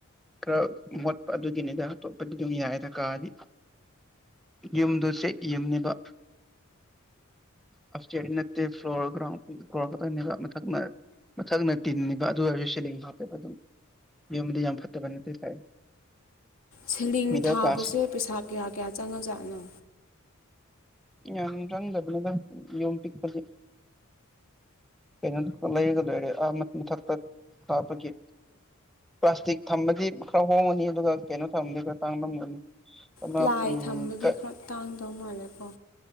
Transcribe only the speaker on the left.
ꯁꯤꯂꯤꯡ
ꯊꯥꯕꯁꯦ
ꯄꯩꯁꯥ ꯀꯌꯥ ꯀꯌꯥ ꯆꯪꯉ ꯖꯥꯠꯅꯣ
ꯄ꯭ꯂꯥꯏ
ꯊꯝꯕꯗꯤ
ꯈꯔ ꯇꯥꯡꯗꯧ ꯃꯥꯜꯂꯦꯀꯣ